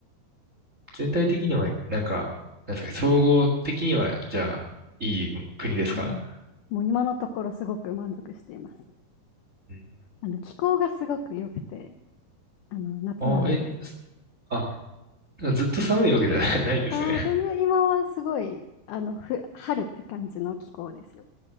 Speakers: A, on the right (about 40°); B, on the left (about 80°).
A: 全体的には、なんか、なんですかね、総合的には、じゃあ、いい国ですか
B: はい。もう今のところすごく満足しています。
A: うん
B: あの、気候がすごく良くて、あの、夏なので。
A: あ、え、すあ、ずっと寒いわけではない <laughs> ないんですね。
B: ああ、全然今はすごい、あの、ふ春って感じの気候ですよ。